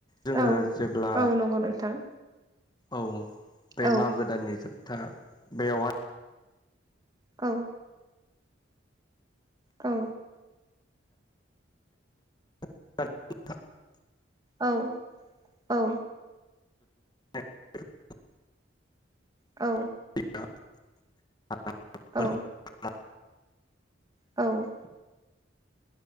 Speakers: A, on the left (about 25°); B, on the right (about 20°).
A: जोङो
B: औ
A: जेब्ला
B: औ नंगौ नोंथां
A: औ बे
B: औ
A: मागो दाननि जोबथा बेयावहाय
B: औ औ
A: <unintelligible>
B: औ-औ
A: <unintelligible>
B: औ
A: <unintelligible>
B: औ औ